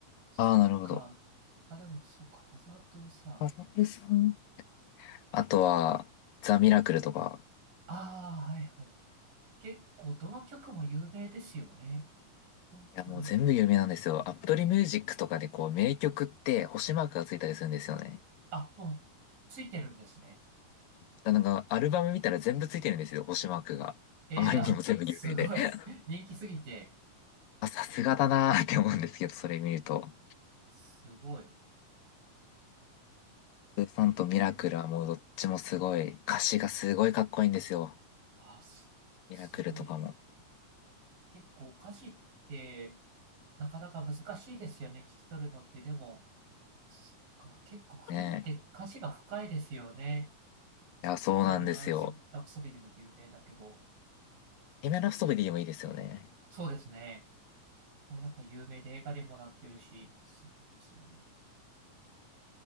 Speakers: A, on the right; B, on the left.
A: そっか。
B: ああ、なるほど。
A: あ、でも、そっか、ハザードさ。
B: ファザートゥーサンあとは、ザ・ミラクルとか、
A: ああ、はいはい。結構、どの曲も有名ですよね。本当に。
B: いや、もう全部有名なんですよ。アップルミュージックとかでこう名曲って星マークがついたりするんですよね。
A: あ、もう、ついてるんですね。
B: だなんかアルバム見たら全部ついてるんですよ、星マークが。
A: ええーあ、
B: あまりにも全部有名で。
A: すごい。
B: <laughs>
A: 人気すぎて、
B: あ、さすがだなーって思うんですけど、それ見ると。
A: すごい。
B: スーさんとミラクルはもうどっちもすごい、
A: ええー
B: 歌詞がすごいかっこいいんですよ。
A: あ、す、すごい。
B: ミラクルとかも。
A: 結構、歌詞って、なかなか難しいですよね。聞き取るのって。でも、そっか、結構、クイーンって歌詞が深いですよね。
B: ねえ。いや、そうなんですよ。
A: ボヘミアン・ラプソディでも有名だけど。
B: エメラストビディもいいですよね。
A: そうですね。あれなんか有名で映画にもなってるし、そうですよね。